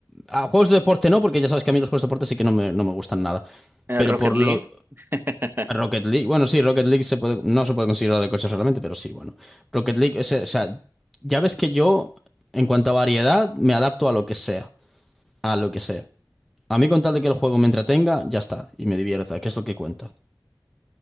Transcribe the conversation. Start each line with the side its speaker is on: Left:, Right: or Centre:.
Centre: a juegos de deporte no, porque ya sabes que a mí los juegos de deporte sí que no me, no me gustan nada.
Right: Eh,
Centre: Pero
Right: Rocket
Centre: por lo,
Right: League. <laughs>
Centre: Rocket League, bueno, sí, Rocket League se puede, no se puede considerar de coches realmente, pero sí, bueno. Rocket League, ese- o sea, ya ves que yo, en cuanto a variedad, me adapto a lo que sea, a lo que sea. A mí con tal de que el juego me entretenga, ya está, y me divierta, que es lo que cuenta.